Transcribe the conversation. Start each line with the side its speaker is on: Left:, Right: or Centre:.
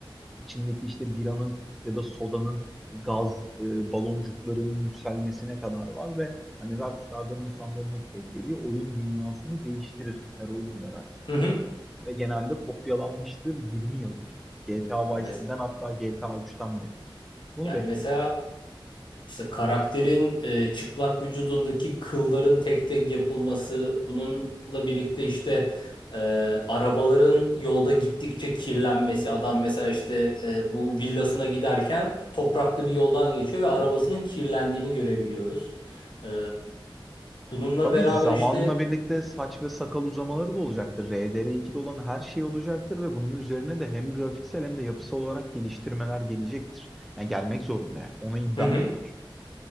Centre: içindeki işte biranın ya da sodanın gaz e, baloncuklarının yükselmesine kadar var ve hani Rockstar'dan insanların hep beklediği oyun dünyasını değiştirir her oyunuyla Rockstar.
Left: Hı hı.
Centre: Ve genelde kopyalanmıştır 20 yıldır. GTA
Left: Ya
Centre: Vice
Left: mes-
Centre: City'den hatta GTA 3'ten beri. Bunu
Left: Yani
Centre: bekliyorum.
Left: mesela İşte karakterin e, çıplak vücudundaki kılların tek tek yapılması, bununla birlikte işte e, arabaların yolda gittikçe kirlenmesi. Adam mesela işte e, bu villasına giderken topraklı bir yoldan geçiyor ve arabasının kirlendiğini görebiliyoruz. E, bununla
Centre: Tabii
Left: beraber
Centre: zamanla
Left: işte...
Centre: birlikte saç ve sakal uzamaları da olacaktır. RDR2'de olan her şey olacaktır ve bunun üzerine de hem grafiksel hem de yapısal olarak geliştirmeler gelecektir. Yani gelmek zorunda yani. Onu iddia
Left: Hı hı.
Centre: ediyorlar.